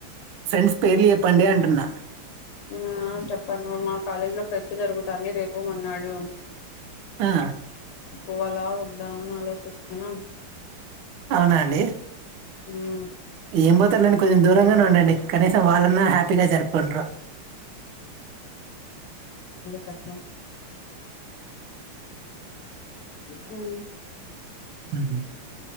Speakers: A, on the right (about 75°); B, on the left (about 80°).
A: ఫ్రెండ్స్ పేర్లు చెప్పండి అంటున్నా
B: ఆ చెప్పండి మా కాలేజ లో ఫెస్ట్ జరుగుతంది రేపు మన్నాడు
A: ఆ
B: పోవాలా వద్దా అని ఆలోచిస్తున్నాను
A: అవునాండి
B: హ్మ్
A: ఏం బోతారులేండి కొంచెం దూరంగానే ఉండండి కనీసం వాళ్ళనా హ్యాపీగా జరుపుకుంట్రు
B: కచ్మ హ్మ్
A: మ్మ్.